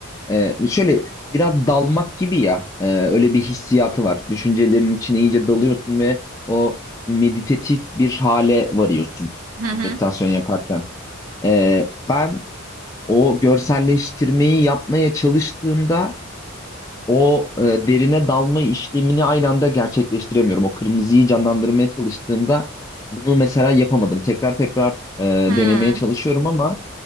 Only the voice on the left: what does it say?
e, şöyle biraz dalmak gibi ya e, öyle bir hissiyatı var. Düşüncelerin içine iyice dalıyorsun ve o meditatif bir hale varıyorsun
meditasyon yaparken. Ee, ben o görselleştirmeyi yapmaya çalıştığımda o e, derine dalma işlemini aynı anda gerçekleştiremiyorum. O kırmızıyı canlandırmaya çalıştığımda bunu mesela yapamadım. Tekrar tekrar e,
denemeye çalışıyorum ama